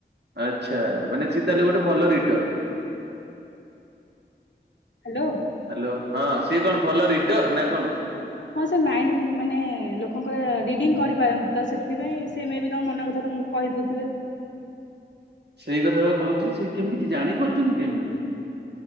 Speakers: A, on the right; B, on the left.
A: ଆଚ୍ଛା ମାନେ ସେ ତାହେଲେ ଗୋଟେ ଭଲ ରିଡର?
B: ହାଲୋ?
A: ହ୍ୟାଲୋ ହଁ ସିଏ କଣ ଭଲ ରିଡର ନା କଣ?
B: ହଁ ସେ ମାଇଣ୍ଡ ମାନେ ଲୋକଙ୍କର ରିଡିଙ୍ଗ୍ କରିପାରନ୍ ତ ସେଥିପାଇଁ ସେ ମେ ବି ତମ ମନ କଥା ତମକୁ କହିଦୋଉଥୁବେ।
A: ସେଇ କଥା ପା କୋହୁଚି ସେ କେମିତି ଜାଣିପାରୁଚନ୍ତି କେମିତି?